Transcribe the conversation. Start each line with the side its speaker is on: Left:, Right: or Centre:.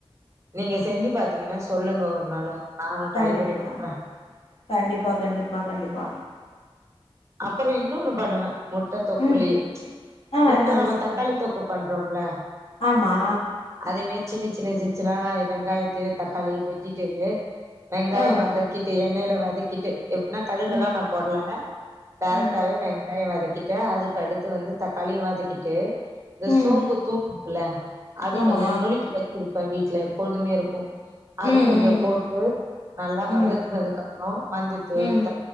Right: நீங்க செஞ்சு பாத்தீங்கன்னா சொல்லுங்க ஒரு நாளு நானு
Left: கண்டிப்பா
Right: ட்ரை பண்ணி பாக்குற
Left: கண்டிப்பா கண்டிப்பா கண்டிப்பா
Right: அப்புறோ இன்னொன்னு பண்ணுவே முட்ட தொக்குலே
Left: ம் ஆ
Right: முட்ட
Left: என்னாது
Right: நம்ம
Left: சிஸ்டர்
Right: தக்காளி தொக்கு பண்றோம்ல
Left: ஆமா
Right: அதே மாரி சின்ன சின்ன சின்ன சின்னாதா வெங்காயத்தயு தக்காளியயு வெட்டிட்டு வெங்காயோ
Left: ஆ
Right: வதக்கிட்டு எண்ணெயில வதக்கிட்டு எப்டின்னா கடுகுல்லா
Left: ம்
Right: நா போடல டேரக்ட்டாவே
Left: ம்
Right: வெங்காயோ வதக்கிட்டு அதுக்கு அடுத்து வந்து தக்காளியு வதக்கிட்டு இந்த
Left: ம்
Right: சோம்பு தூள்ல அது
Left: ஆமா
Right: கொஞ்சோ நுனுக்கி வச்சிருப்பே வீட்ல எப்பொழுதுமே இருக்குமா அது
Left: ம்
Right: கொஞ்சோ
Left: ம்
Right: போட்டு நல்லா
Left: ம்
Right: வதக்குனதுக்கு அப்றோ மஞ்சத்தூள்
Left: ம்